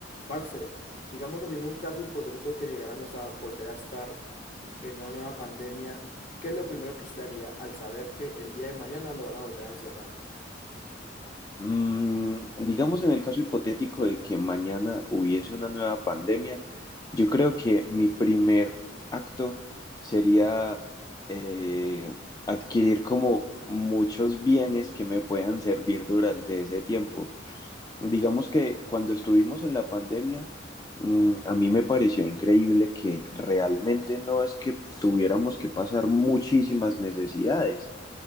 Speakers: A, on the left; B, on the left.
A: Parce, digamos así, en un caso hipotético que llegáramos a volver a estar en una nueva pandemia, ¿qué es lo primero que usted haría al saber que el día de mañana lo van a volver a encerrar?
B: Mm, digamos en el caso hipotético de que mañana hubiese una nueva pandemia, yo creo que mi primer acto sería eh, adquirir como muchos bienes que me puedan servir durante ese tiempo. Digamos que cuando estuvimos en la pandemia, mm, a mí me pareció increíble que realmente no es que tuviéramos que pasar muchísimas necesidades